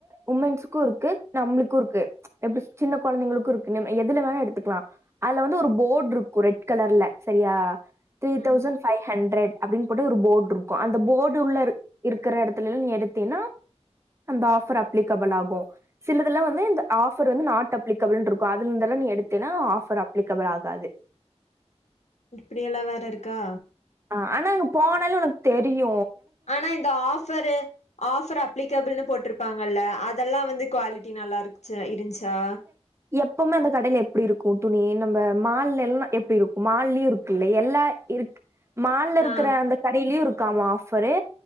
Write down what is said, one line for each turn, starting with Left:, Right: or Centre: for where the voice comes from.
Right: உமென்சுக்கு இருக்கு நம்ளுக்கு இருக்கு எப்டி சின்ன கொழந்தைங்களுக்கு இருக்கு எதுல வேணா எடுத்துக்கலா அதுல வந்து ஒரு போட் இருக்கு ரெட் கலர்ல செரியா த்ரீ
Left: ம்
Right: தௌசண்ட் ஃபைவ் ஹண்டரட் அப்டின்னு போட்டு ஒரு போட் இருக்கு அந்த போர்டு உள்ள இருக்கிற எடத் இதுலல எடுத்தின அந்த ஆஃபர் அப்லிகபல் ஆகு சிலதுலா வந்து இந்த ஆஃபர் வந்து நாட் அப்ளீகபில் இருக்கு அதுல இருந்துல எடுத்தின ஆபர் அப்ளிகபில் ஆகாது
Left: இப்படிய எல்லா வேற இருக்கா
Right: ஆ ஆனா அங்க போனாலு உனக்கு தெரியு
Left: ஆனா இந்த ஆஃபரு ஆஃபர் அப்ளிகபிள்னு போட்டிருப்பாங்கல்ல அது இதெல்லா வந்து குவாலிட்டி நல்லா இருக் ச இருஞ்ச்சா
Right: எப்போமே அந்த கடையில எப்டி இருக்கு துணி நம்ம மால் எல்லா எப்டி இருக்கு மால்லயு இருக்குல்ல எல்லா இருக் மால்ல இருக்கிற
Left: ஆ
Right: அந்த கடையிலயு இருக் இருக்காமா ஆஃபரு